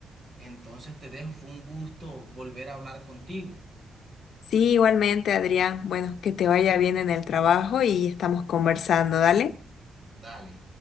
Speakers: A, on the right; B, on the left.
A: Entonces te dejo. Fue un gusto volver a hablar contigo.
B: Sí, igualmente, Adrián, bueno, que te vaya bien en el trabajo y estamos conversando, dale.
A: Dale.